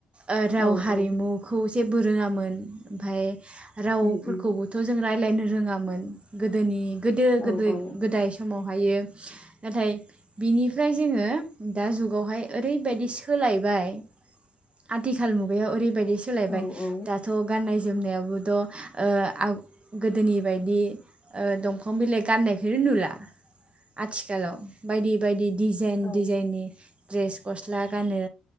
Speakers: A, on the right; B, on the left.
A: ओ राव
B: औ
A: हारिमुखौ
B: औ
A: जेबो रोङामोन ओमफाय रावफोरखौबोथ'
B: उम उम
A: जों रायलायनो रोङामोन गोदोनि गोदो
B: औ
A: गोदो
B: औ
A: गोदाय समावहायो नाथाय बिनिफ्राय जोङो दा जुगावहाय ओरैबायदि सोलायबाय आथिखाल मुगायाव ओरैबायदि सोलायबाय
B: औ
A: दाथ' गाननाय जोमनायावबोथ' ओ आ गोदोनि बायदि ओ दंफां बिलाइ गाननायखौनो नुला आथिखालाव बायदि बायदि डिजाइन
B: औ
A: डिजाइननि द्रेस गस्ला गानो